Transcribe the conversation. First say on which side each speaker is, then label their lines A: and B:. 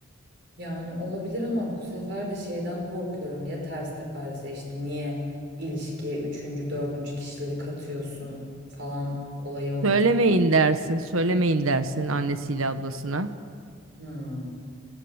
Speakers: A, on the right; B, on the right.
A: Yani olabilir ama bu sefer de şeyden korkuyorum. Ya ters teperse işte niye ilişkiye üçüncü, dördüncü kişileri katıyorsun falan olayı olur.
B: Söylemeyin dersin, söylemeyin dersin annesiyle ablasına.
A: Hmm.